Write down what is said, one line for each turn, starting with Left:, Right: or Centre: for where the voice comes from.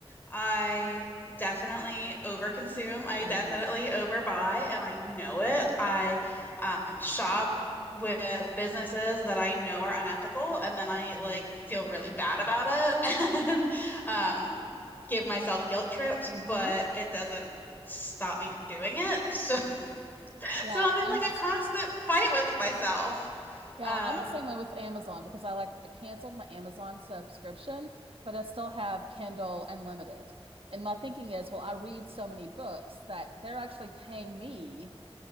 Left: I definitely overconsume. I
Right: Mm,
Left: definitely overbuy, and I know it. I um, shop with businesses that I know are unethical, and then I
Right: mm,
Left: like feel really bad about it <laughs> and um, give myself guilt trips,
Right: mm-hmm.
Left: but it doesn't stop me from doing it. So, <laughs>
Right: Yeah,
Left: so I'm in
Right: I'm
Left: like a constant fight with myself.
Right: yeah,
Left: Um,
Right: I'm the same way with Amazon because I like I canceled my Amazon subscription, but I still have Kindle Unlimited. And my thinking is, well, I read so many books that they're actually paying me